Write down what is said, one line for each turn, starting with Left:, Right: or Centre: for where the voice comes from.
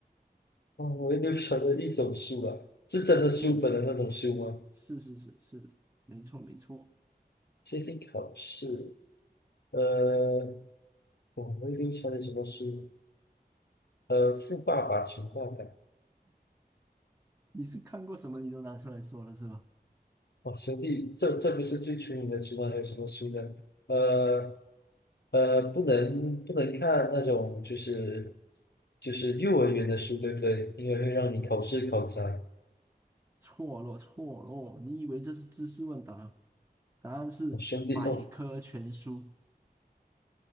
Left: 哦，我会流传的一种书啊，是真的书本的那种书吗？
Right: 嗯，是是是是，没错没错。
Left: 接近考试，呃，我们流传的什么书？呃，《富爸爸穷爸爸》
Right: 你是看过什么你都拿出来说了是吧？
Left: 哦，兄弟，这这不是最出名的书吗？还有什么书呢？呃呃，不能不能看那种就是就是幼儿园的书，对不对？因为会让你考试考砸。
Right: 错了，错了，你以为这是知识问答？答案是百科全书。
Left: 我、兄弟哦，